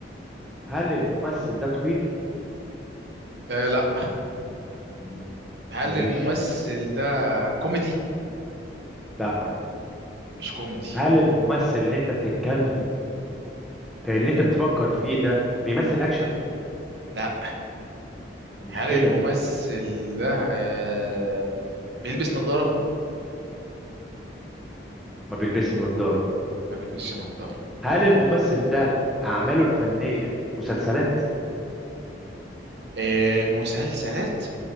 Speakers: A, in the centre; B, on the right.
A: هل الممثل ده طويل
B: آه لا
A: مم.
B: هل
A: ماشي
B: الممثل ده كوميدي
A: لا
B: مش كوميدي
A: هل الممثل اللي انت بتتكلم اللي انت بتفكر فيه ده بيمثل اكشن
B: لا
A: المشكله
B: هل الممثل
A: دي
B: ده آه بيلبس نظارة؟
A: ما بيلبسش نظاره
B: ما بيلبسش نظارة
A: هل الممثل
B: حلوة
A: ده اعماله الفنيه مسلسلات
B: آه مسلسلات؟